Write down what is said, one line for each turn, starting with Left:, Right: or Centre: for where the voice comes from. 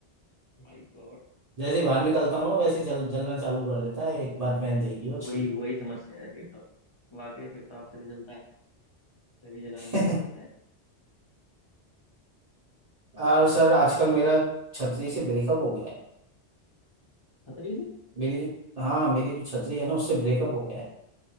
Left: My God
Right: जैसे ही बाहर निकलता हूँ ना वैसे ही जल जलना चालू कर देता है एक बात मैंने देखी है उसकी
Left: वही वही समस्या है फिर तो वाकई फिर तो आपसे भी जलता है तभी जलाना
Right: <laughs>
Left: शुरू करता है
Right: और सर आजकल मेरा छतरी से ब्रेकअप हो गया है
Left: खतरी से
Right: मेरी जो हाँ मेरी जो छतरी है ना उससे ब्रेकअप हो गया है